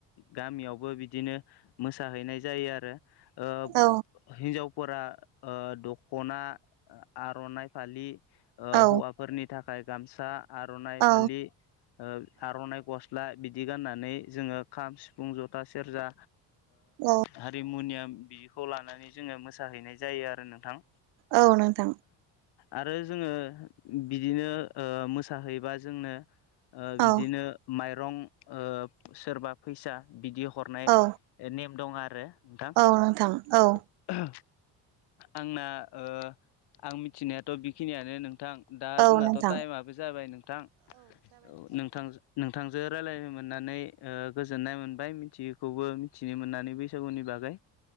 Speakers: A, on the left; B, on the right.
A: गामियावबो बि दिनो मोसाहैनाय जायो आरो ओ
B: औ
A: हिन्जावफोरा ओ दख'ना आर'नाय फालि ओ
B: औ
A: हौवा फोरनि थाखाय गामसा आर'नाइ
B: औ
A: फालि ओ आर'नाइ गस स्ला बिदि गाननानै जोङो खाम सिफुं जथा सेरजा
B: औ
A: हारिमुनियाम बिदिखौ लानानै जोङो मोसाहैनाय जायो आरो नोंथां
B: औ नोंथां
A: आरो जोङो बिदिनो मोसाहैबा जोंनो ओ बिदिनो
B: औ
A: माइरं ओ सोरबा फैसा बिदि हरनाय
B: औ
A: नेम दं आरो नोंथां
B: औ औ
A: आंना ओ आं मिथिनायाथ' बेखिनियानो नोंथां दा
B: औ
A: जोंनाथ'
B: नोंथां
A: टाइमाबो जाबाय नोंथां औ नोंथां थांजों रायलायनो मोननानै ओ गोजोननाय मोनबाय थियि खौबो मिथिनो मोननानै बैसागुनि बागै